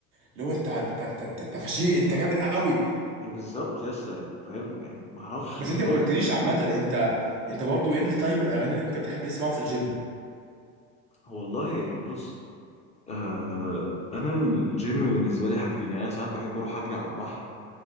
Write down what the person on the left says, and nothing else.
إيه بالظبط يس يعني فاهم يعني ما اعرفش
اللي
هو
هو والله يعني بص آه انا الجيم بالنسبة لي حاجتين يعني انا ساعات بحب اروح اجري على البحر